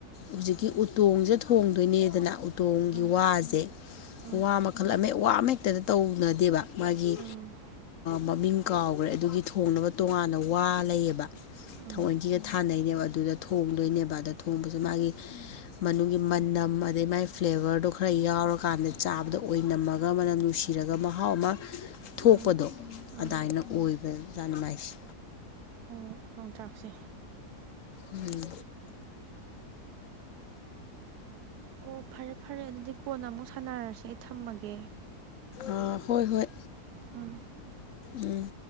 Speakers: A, on the left; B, on the right.
A: ꯍꯧꯖꯤꯛꯀꯤ ꯎꯇꯣꯡꯁꯦ ꯊꯣꯡꯗꯣꯏꯅꯦꯗꯅ ꯎꯇꯣꯡꯒꯤ
B: ꯎꯝ
A: ꯋꯥꯁꯦ
B: ꯎꯝ
A: ꯋꯥ ꯃꯈꯜ ꯑꯃ ꯋꯥ ꯑꯃꯦꯛꯇꯗ ꯇꯧꯅꯗꯦꯕ ꯃꯥꯒꯤ
B: ꯎꯝ
A: ꯃꯃꯤꯡ ꯀꯥꯎꯈ꯭ꯔꯦ ꯑꯗꯨꯒꯤ ꯊꯣꯡꯅꯕ ꯇꯣꯉꯥꯟꯅ ꯋꯥ ꯂꯩꯌꯦꯕ
B: ꯎꯝ
A: ꯊꯑꯣꯏꯟꯁꯤꯒ ꯊꯥꯅꯩꯅꯦꯕ ꯑꯗꯨꯗ ꯊꯣꯡꯗꯣꯏꯅꯦꯕ ꯑꯗ ꯊꯣꯡꯕꯁꯦ ꯃꯥꯒꯤ ꯃꯅꯨꯡꯒꯤ ꯃꯅꯝ ꯑꯗꯩ ꯃꯥꯏ ꯐ꯭ꯂꯦꯕꯔꯗꯣ ꯈꯔ ꯌꯥꯎꯔꯀꯥꯟꯗ ꯆꯥꯕꯗ ꯑꯣꯏꯅꯝꯃꯒ ꯃꯅꯝ ꯁꯤꯔꯒ ꯃꯍꯥꯎ ꯑꯃ ꯊꯣꯛꯄꯗꯣ
B: ꯎꯝ ꯎꯝ
A: ꯑꯗꯨꯃꯥꯏꯅ ꯑꯣꯏꯕ ꯖꯥꯅꯤꯡꯉꯥꯏꯁꯦ
B: ꯑꯣ ꯌꯣꯡꯆꯥꯛꯁꯦ
A: ꯎꯝ
B: ꯑꯣ ꯐꯔꯦ ꯐꯔꯦ ꯑꯗꯨꯗꯤ ꯀꯣꯟꯅ ꯑꯃꯨꯛ ꯁꯥꯟꯅꯔꯁꯦ ꯑꯩ ꯊꯝꯃꯒꯦ
A: ꯑꯥ ꯍꯣꯏ ꯍꯣꯏ
B: ꯎꯝ
A: ꯎꯝ